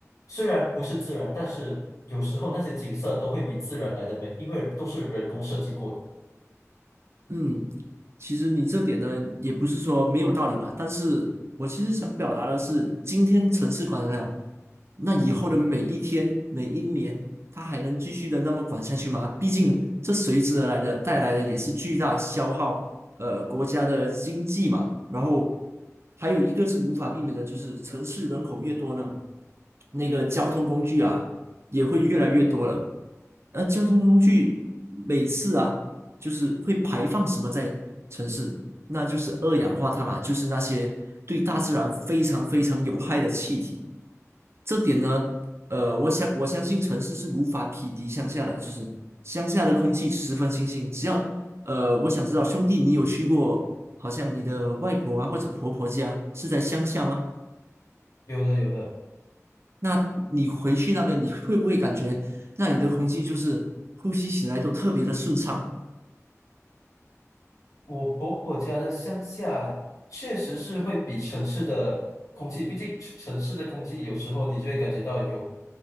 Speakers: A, on the left; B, on the right.
A: 虽然不是自然，但是有时候那些景色都会比自然来的美，因为都是人工设计过的。
B: 嗯，其实你这点呢，也不是说没有道理吧，但是我其实想表达的是，今天城市管得了，那以后的每一天、每一年，它还能继续的那么管下去吗？毕竟这随之而来的带来的也是巨大消耗，呃，国家的经济嘛。然后还有一个是无法避免的，就是城市人口越多呢，那个交通工具啊。也会越来越多了。而交通工具每次啊，就是会排放什么在城市，那就是二氧化碳嘛，就是那些对大自然非常非常有害的气体。这点呢，呃，我想我相信城市是无法匹敌乡下的，就是乡下的空气十分清新。只要呃，我想知道兄弟，你有去过，好像你的外婆啊或者婆婆家是在乡下吗？
A: 有的，有的。
B: 那你回去那边，你会不会感觉那里的空气就是呼吸起来都特别的顺畅？
A: 我婆婆家的乡下确实是会比城市的空气，毕竟城城市的空气有时候你就会感觉到有